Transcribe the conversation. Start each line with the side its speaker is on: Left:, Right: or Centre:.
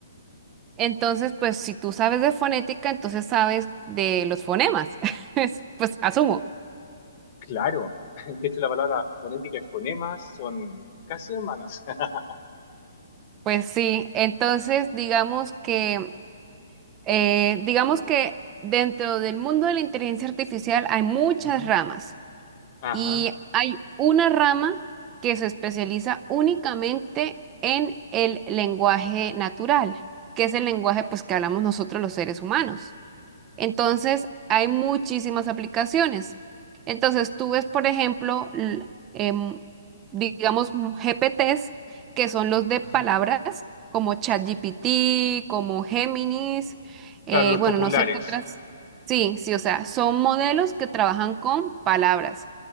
Right: Entonces, pues, si tú sabes de fonética, entonces sabes de los fonemas. <laughs> Es- Pues asumo.
Left: Claro. <laughs> De hecho, la palabra fonética y fonemas son casi hermanas. <laughs>
Right: Pues sí. Entonces, digamos que, eh, digamos que dentro del mundo de la inteligencia artificial hay muchas
Left: Ujú,
Right: ramas.
Left: Ajá.
Right: Y hay una rama que se especializa únicamente en el lenguaje natural, que es el lenguaje pues que hablamos nosotros los seres humanos. Entonces, hay muchísimas aplicaciones. Entonces, tú ves, por ejemplo, l- em, digamos, m- GPTs, que son los de palabras,
Left: ujú.
Right: como ChatGPT, como Géminis,
Left: Claro,
Right: eh,
Left: los
Right: bueno,
Left: populares.
Right: no sé qué otras. Sí, sí, o sea, son modelos que trabajan con palabras.